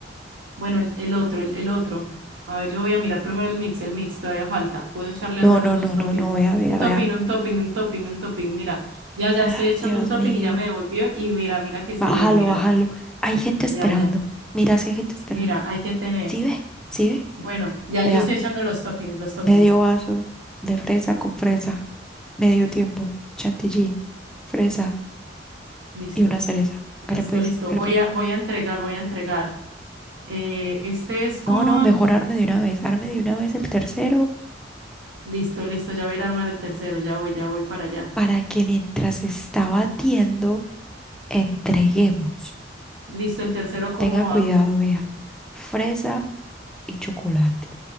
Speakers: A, on the right (about 90°); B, in the centre.
A: Bueno, el, el otro, el, el otro. A ver, yo voy a mirar primero el mix, el mix, todavía falta. Puedo echarle
B: No,
A: al menos
B: no,
A: dos
B: no,
A: toppings.
B: no, no, vea, vea,
A: Un
B: vea.
A: topping, un topping, un topping, un topping. Mira, ya, ya
B: Ay,
A: estoy echando
B: Dios
A: un topping
B: mío.
A: y ya me devolvió. Y mira, mira que sí
B: Bájalo,
A: dio, mira,
B: bájalo.
A: mira.
B: Hay gente esperando.
A: Ya, ya.
B: Mira si hay gente esperando.
A: Mira, hay que tener.
B: ¿Sí ve? ¿Sí ve?
A: Bueno, ya
B: Vea.
A: yo estoy echando los toppings, los toppings.
B: medio vaso de fresa con fresa, medio tiempo, chantilly, fresa
A: Listo,
B: y una cereza. Hágale
A: listo,
B: pues,
A: listo.
B: hágale
A: Voy
B: pues.
A: a, voy a entregar, voy a entregar. Eh, este es con...
B: No, no, mejor arme de una vez, arme de una vez el tercero
A: Listo, listo, ya voy a ir a armar el tercero, ya voy, ya voy para allá.
B: para que mientras está batiendo, entreguemos.
A: Listo, el tercero, ¿cómo
B: Tenga cuidado,
A: va?
B: vea, fresa y chocolate.